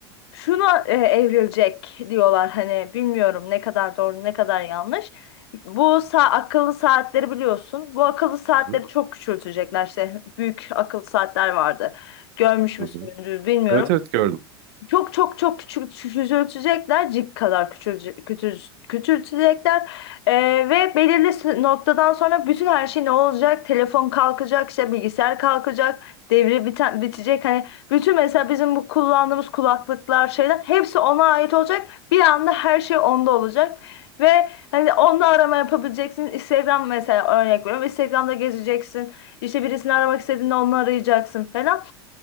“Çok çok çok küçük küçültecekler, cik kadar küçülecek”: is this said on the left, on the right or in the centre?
Left